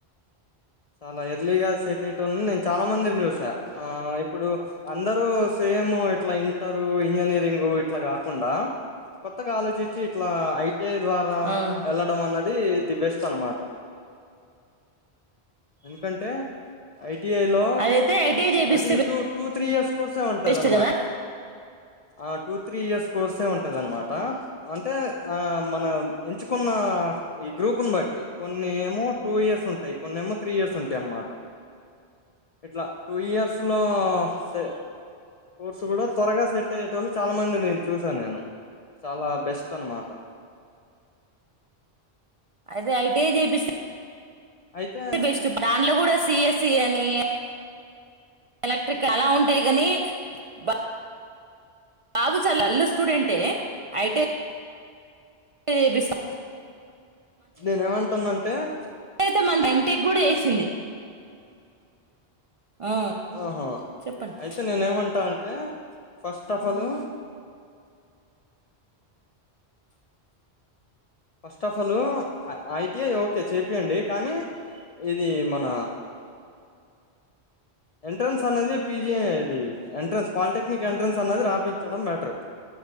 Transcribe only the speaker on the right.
ఆ
అదైతే ఐటీఐ చేపిస్తే
బెస్ట్ కదా
అదే ఐటిఐ చేపిస్తే.
బెస్ట్ దాంలో కూడా. సీఎస్ఇ కానీ. ఎలక్ట్రిక్ అలా ఉంటాయి కాని బ. బాబు చాలా డల్లు స్టూడెంటే అయితే. ఎపిస్తా.
అయితే మనది ఎంటెక్ కూడా చేసింది. ఆ
చెప్పండి